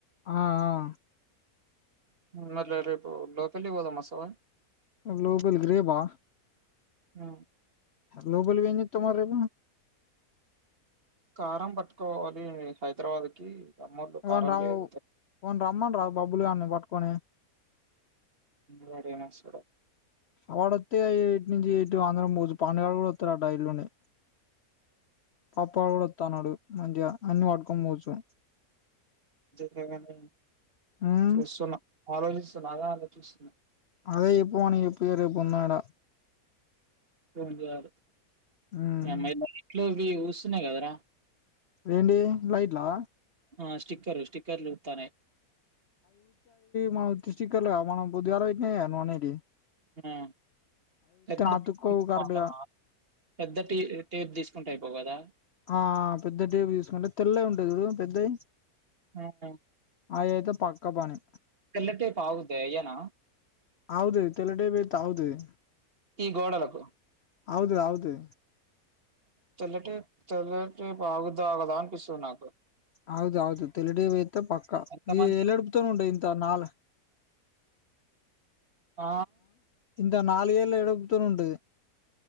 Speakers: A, on the left (about 60°); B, on the right (about 40°).
A: ఆ ఆ
B: మ రేపు లోపల్ పోదామ్ వస్సవ
A: గ్లోబల్ గ్రే బా
B: ఆ
A: లోపల పోయి ఏం చేత్తావ్ <inaudible>
B: కారం పట్టుకు పోవాలి హైదరాబాద్ కి అమ్మోళ్ళు
A: వన్
B: కారం
A: రామ
B: లేదు
A: వన్ రమ్మన్ రా బబ్లూ గాన్ని పట్కుని
B: వాడే మసడ
A: అ వాడత్తే ఎటు నుంచి ఎటు ఆంధ్రం పోచ్చు పండుగలు కూడా వస్తారు ఆ డైలోనే పాప కూడా వత్త అన్నాడు మంద్య అన్ని పట్టుకొని పోవచ్చు
B: <inaudible>
A: ఉమ్
B: చేస్సున్న <unintelligible> బాల ఆలోచిస్తున్నా
A: అదే ఎప్పువని ఇ పేర్ ఎపున్నాడ
B: ఫోన్ జేయలే
A: ఉమ్
B: ఇ అమ్మాయి మళ్ళీ ఇంట్లో వి ఊస్ సున్న గదరా
A: ఎండి లైట్లా
B: ఆ స్టిక్కరు స్టిక్కర్లు తనే
A: మ ఉత్తి స్టిక్కర్లు మనం పొదుగలే గ నువ్ అనేటి
B: ఆ పెద్ద <unintelligible>
A: అతుక్కోవు కరెక్ట్
B: బాగుంటామా
A: గా
B: పెద్ద టేప్ తీస్కుంటే అయిపో కదా
A: ఆ పెద్ద టీవ్ తీూస్కుంటే తెల్ల గ్ ఉంటది చుడు పెద్దయ్
B: ఆ ఆ
A: అయేతే పక్క పని
B: తెల్ల టేప్ ఆగుద్ద ఈయన
A: అగుతది తెల్ల టేప్ ఎత్తే అగుతది
B: ఈ గోడలకు
A: అగుత అగుతది
B: తెల్లటి తెల్లటి బాగోదడదఆ కదా అనిపిస్తుంది నాకు
A: అవుదువుదు తెలుడి వైయితే పక్కా
B: ఎంత
A: ఇది
B: మంచి
A: ఎల్డుపుతాను ఉం ఇంత నాల
B: ఆ
A: ఇంద నాల్గ్ ఎల్ ఎడుక్తు ఉండువి